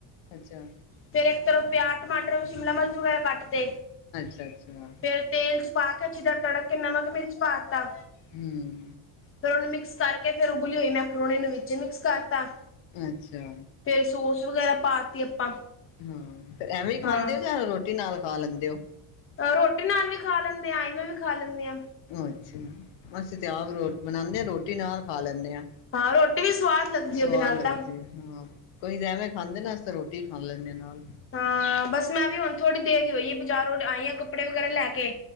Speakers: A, on the left (about 65°); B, on the left (about 25°).
A: ਅੱਛਾ
B: ਫੇਰ ਇੱਕ ਤਰ੍ਹਾਂ ਪਿਆਜ ਟਮਾਟਰ ਸ਼ਿਮਲਾ ਮਿਰਚ ਵਗੈਰਾ ਕੱਟ ਤੇ
A: ਅੱਛਾ ਅੱਛਾ
B: ਫੇਰ ਤੇਲ ਚ ਪਾ ਕੇ ਅੱਛੀ ਦਰ ਤੜਕ ਕੇ ਨਮਕ ਮਿਰਚ ਪਾਤਾਾ
A: ਹੂੰ
B: ਫੇਰ ਉਹਨੂੰ ਮਿਕਸ ਕਰਕੇ ਫਿਰ ਉਬਲੀ ਹੋਈ ਮੈਂਕਰੋਨੀ ਨੂੰ ਉਸ ਵਿੱਚ ਮਿਕਸ ਕਰਤਾ
A: ਅੱਛਾ
B: ਫੇਰ ਸੋਸ ਵਗੈਰਾ ਪਾਤੀ ਆਪਾਂ
A: ਹੂੰ ਐਵੇਂ ਖਾਂਦੇ
B: ਹਾਂ
A: ਓ ਜਾਂ ਰੋਟੀ ਨਾਲ ਖਾ ਲੈਂਦੇ ਓ
B: ਰੋਟੀ ਨਾਲ ਵੀ ਖਾ ਲੈਂਦੇ ਆ ਆਈਵੇਂ ਵੀ ਖਾ ਲੈਂਦੇ ਆਾਂ
A: ਅੱਛਾ ਅਸੀਂ ਤੇ ਆਪ ਬਣਾਉਦੇ ਹਾਂ ਰੋਟੀ ਨਾਲ ਖਾ ਲੈਂਦੇ ਹਾਂ।
B: ਹਾਂ ਰੋਟੀ ਵੀ ਸਵਾਦ ਲੱਗਦੀ
A: ਸਵਾਦ
B: ਉਹਦੇ ਨਾਲ
A: ਲੱਗਦੀ
B: ਤਾਂ।
A: ਹਾਂ ਕੋਈ ਦ ਐਵੇਂ ਖਾਂਦੇ ਨਾ ਅ ਤੇ ਰੋਟੀ ਖਾ ਲੈਂਦੇ ਨਾਲ
B: ਹਾਂ ਬਸ ਮੈਂ ਵੀ ਹੁਣ ਥੋੜੀ ਦੇਰ ਹੀ ਹੋਈ ਆ ਬਜ਼ਾਰੋਂ ਆਈ ਹ। ਕੱਪੜੇ ਵਗੈਰਾ ਲੈ ਕੇ